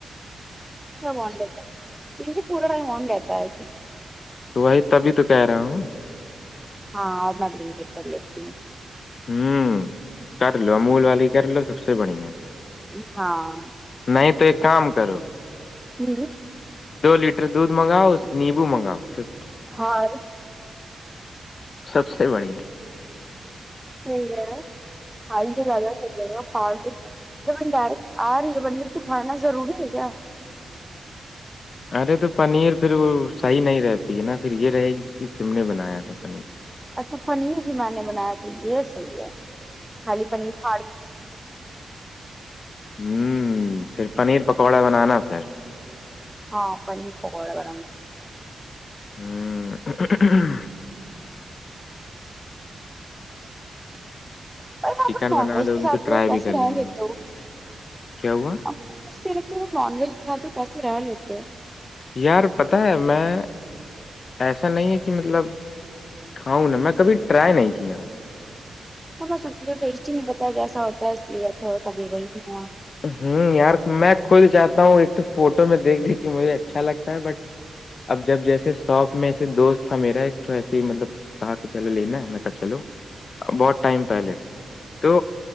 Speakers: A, in the centre; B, on the left.
A: س دیتا م پورا ٹائم ہون رہتا ہے
B: تو وہی تبھی تو کہہ رہا ہوں
A: ہاں اور میں اپ پیپر لیتی ہوں
B: ہوں کر لو امول والی کر لو سب سے بڑی ہے
A: ہاں
B: نہیں تو ایک کام کرو
A: جی
B: دو لیٹر دودھ منگاؤ نیمبو منگاؤ پھر
A: ہاں
B: سب سے بڑی ہے
A: س ہے آ ل چا پ جبن ڈائریکٹ آ رہی ہے بندر تو کھڑنا روری ہے کیا
B: ارے تو پنیر پھر وہ صحیح نہیں رہتی ہے نا پھر یہ رہے گی کہ تم نے بنایا تھا پنیر
A: اچھا پنیر ہی میں نے بنایا تو یہ صحیح ہے خالی پنیر پا
B: ہوں پھر پنیر پکوڑا بنانا پھر
A: ہاں پنیر پکوڑا با
B: <inaudible>
A: بھائی
B: چکن
A: آپ لوگ نان
B: بنا
A: ویج
B: دو
A: بھی
B: گی
A: کھاتے
B: تو ٹرائی
A: ہو کیسے
B: بھی کر
A: رہ
B: لیں
A: لیتے
B: گے
A: ہو
B: کیا ہوا
A: <inaudible>
B: یار پتا ہے میں ایسا نہیں ہے کہ مطلب کھاؤں نا میں کبھی ٹرائی نہیں کیا ہوں
A: تو سب تو ٹیسٹ ہی نہیں پتا جیسا ہوتا ہے اس لیے تھا کبھی وہیا
B: ہوں یار میں خود چاہتا ہوں ایک تو فوٹو میں دیکھ دیکھ کے مجھے اچھا لگتا ہے بٹ اب جب جیسے شوپ میں ایسے دوست تھا میرا ایک تو ایسے ہی مطلب کہا کہ چلو لینا ہے میں کہ چلو بہت ٹائم پہلے تو